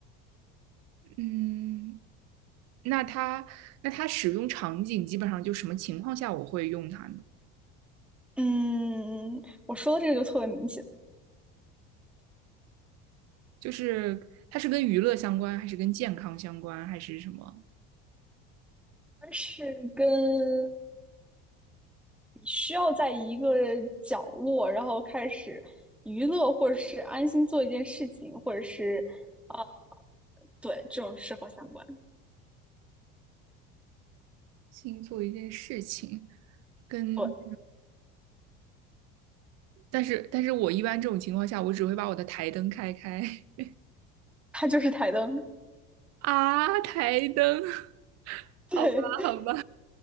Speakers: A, on the right; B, in the centre.
A: <laughs> 嗯，那它那它使用场景基本上就什么情况下我会用它呢？
B: 嗯，我说的这个就特别明显，
A: 就是它是跟娱乐相关，还是跟健康相关，还是什么？
B: 它是跟你需要在一个角落，然后开始娱乐或者是安心做一件事情，或者是啊、对，这种适合相关。
A: 新做一件事情，跟
B: 对，
A: 但是但是我一般这种情况下，我只会把我的台灯开开 <laughs>
B: 它就是台灯。
A: 啊，台灯，<laughs> 好吧好吧，
B: 对，